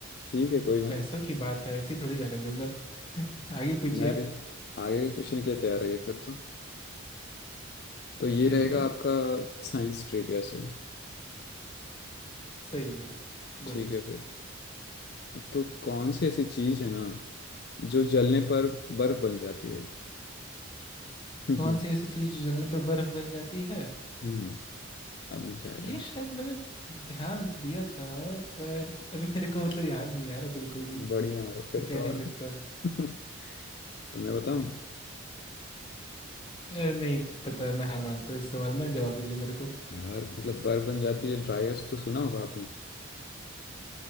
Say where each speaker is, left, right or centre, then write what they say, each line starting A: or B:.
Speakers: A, on the left; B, on the left.
A: ठीक है कोई ना
B: पैसों
A: <laughs>
B: की बात है ऐसी थोड़ी जाने दूंगा आगे पूछिए
A: मैं
B: आप
A: भी आगे के क्वेश्चन के लिए तैयार रहिए फिर तो तो ये
B: ठीक
A: रहेगा
B: है
A: आपका साइंस ट्रिविया से
B: सही है बोलिए
A: ठीक है फिर तो कौन सी ऐसी चीज है ना जो जलने पर बर्फ बन जाती है <laughs>
B: कौन सी ऐसी चीज जलने पे बर्फ बन जाती है
A: हम्म अब मजा आएगा
B: ये शायद मैंने ध्यान दिया था पर अभी मेरे को मतलब याद नहीं आ रहा बिल्कुल भी
A: बढ़िया हो फिर
B: तो कह
A: तो
B: नहीं
A: और
B: सकता
A: <laughs> तो मैं बताऊं
B: अ, नहीं पता मैं हार मानता हूँ इस सवाल में जवाब दीजिए मेरे को
A: यार मतलब बर्फ बन जाती है ड्राइस तो सुना होगा आपने